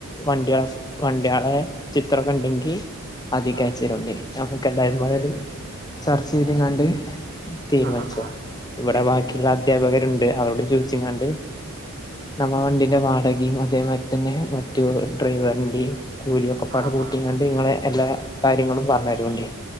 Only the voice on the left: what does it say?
വണ്ടിയാ വണ്ടിയാളെ ചിത്രൊക്കെ ഇണ്ടെങ്കി അതീക്ക്
അയച്ചരൂണ്ടി. നമുക്ക് എന്തായാലുംമ്പാട്
ചർച്ച ചെയ്ത്ങ്ങാണ്ട് തീര്മാനിച്ചാ.
ഇവടെ
ബാക്കിയ്ള്ള അധ്യാപകരുണ്ട്, അവരോട് ചോദിച്ച്ങ്ങാണ്ട് നമ്മ വണ്ടിന്റെ വാടകയും അതേമാരി തന്നെ മറ്റു ഡ്രൈവറിന്റെയും കൂലിയൊക്കെ പഴ
പൂട്ടിങ്ങാണ്ട്
നിങ്ങളെ എല്ലാ കാര്യങ്ങളും പറഞ്ഞു തരുണ് ണ്ടി